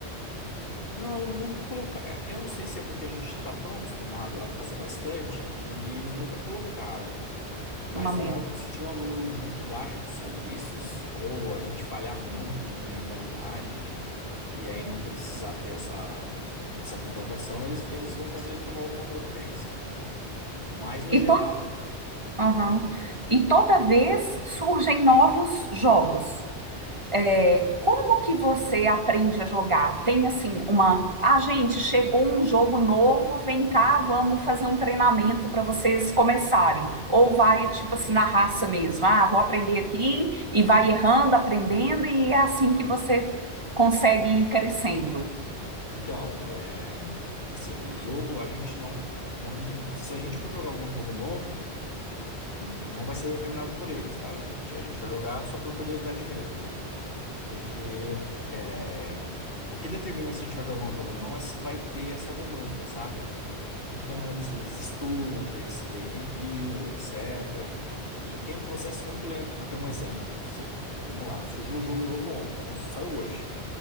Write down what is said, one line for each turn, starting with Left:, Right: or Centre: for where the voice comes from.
Left: Não, nunca colocar. é, Eu não sei se é porque a gente está tão acostumado a fazer bastante que eles nunca colocaram. Mas
Right: uma meta.
Left: é óbvio que se tiver um número muito baixo de serviços, ou a gente falhar muito e diminuir a qualidade, e aí não precisar ter essa, essa contratação, eles, eles vão fazer tomar alguma providência. Mas no
Right: E
Left: geral,
Right: toda, aham. E toda vez surgem novos jogos. É, como que você aprende a jogar? Tem assim uma, ah, gente, chegou um jogo novo, vem cá, vamos fazer um treinamento para vocês começarem. Ou vai tipo assim na raça mesmo. Ah, vou aprender aqui e vai errando, aprendendo e é assim que você consegue ir crescendo.
Left: então, é, assim, o jogo a gente não, não. Se a gente for jogar algum jogo novo. Não vai ser determinado por eles, tá? A gente, a gente vai jogar só por curiosidade mesmo. Porque eu- é, o que determina se a gente vai jogar um jogo ou não é se vai ter essa demanda, sabe? Então eles, eles estudam, vê, se- vê review, etc. E tem um processo muito lento, porque um exemplo, se- vamos lá, surgiu um jogo novo, on- on- saiu hoje.